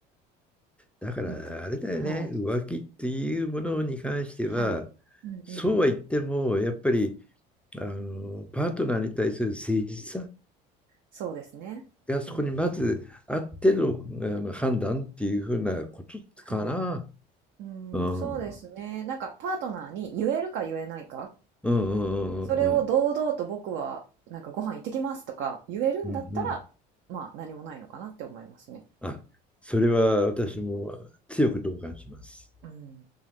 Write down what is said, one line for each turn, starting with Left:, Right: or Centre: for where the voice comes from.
Centre: だからあれだよね、
Right: なんか、はい。
Centre: 浮気っていうものに関しては、
Right: はい。うんうん。
Centre: そうは言っても、やっぱりあのパートナーに対する誠実さ
Right: そうですね。
Centre: がそこにまずあっての、
Right: うんうん。
Centre: あの判断っていうふうなことかな。
Right: はい。うーん、
Centre: うん。
Right: そうですね。なんかパートナーに言えるか言えないか、
Centre: うんうんうんうん
Right: それを堂々と僕はなんかご飯行ってきますとか言えるんだったら、
Centre: うんうんうん。
Right: まあ何もないのかなって思いますね。
Centre: あ、それは私も強く同感します。
Right: うん。